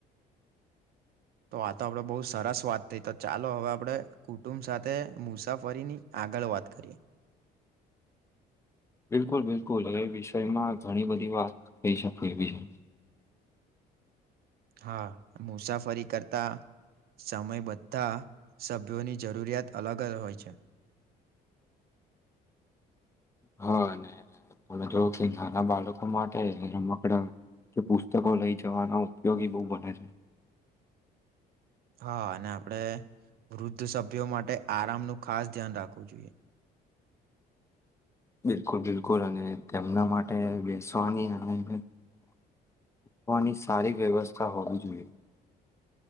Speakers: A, on the right; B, on the left.
A: તો આ તો આપડે બહુ સરસ વાત થઈ તો ચાલો હવે આપડે કુટુંબ સાથે મુસાફરીની આગળ વાત કરીએ
B: બિલકુલ-બિલકુલ એ વિષયમાં ઘણી બધી વાત <unintelligible> શકે એવી છે.
A: હા મુસાફરી કરતા સમય બધા સભ્યોની જરૂરિયાત અલગ જ હોય છે. <inaudible>
B: હા અને <unintelligible> તો કૈય નાના બાળકો માટે રમકડા કે પુસ્તકો લઈ જવાના ઉપયોગી બો બને છે.
A: હા અને આપળે વૃદ્ધ સભ્યો માટે આરામનું ખાસ ધ્યાન રાખવું જોઈએ
B: બિલકુલ-બિલકુલ અને તેમના માટે બેસવાની અને <unintelligible> સારી વ્યવસ્થા હોવી જોઈએ.